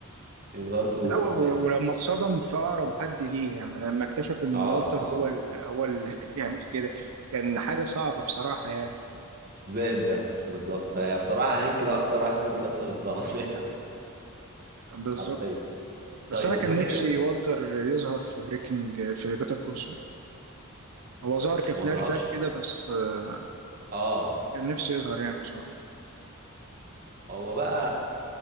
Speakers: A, on the right; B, on the right.
A: برضه
B: لا و-
A: مات
B: و- ولما اتصدم في اقرب حد ليه يعني لما اكتشف ان
A: اه
B: والتر
A: اه
B: هو ال... هو اللي <laughs> بيعمل كده كان حاجه صعبه بصراحه يعني
A: زائد ده بالظبط فبصراحة هانك ده أكتر واحد في المسلسل اتظلم <laughs> يعني
B: بالظبط
A: حرفيا
B: بس
A: طيب
B: انا كان
A: وفاكر
B: نفسي والتر يظهر في بريكنج في بيتر كول سول هو ظهر كفلاش
A: ما ظهرش؟
B: باك كده بس آه،
A: آه
B: كان نفسي يظهر يعني بصراحه
A: هو بقى